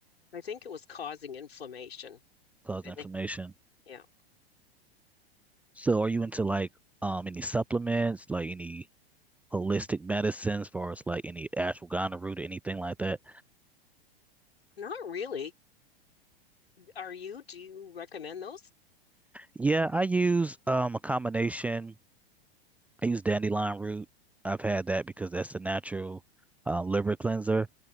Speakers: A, on the left; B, in the centre.
A: I think it was causing inflammation.
B: caused
A: I
B: inflammation?
A: think, yeah.
B: So are you into like um any supplements, like any holistic medicines, as far as like any ashwagandha root or anything like that?
A: Not really. Are you? Do you recommend those?
B: Yeah, I use um a combination. I use dandelion root. I've had that because that's a natural uh, liver cleanser.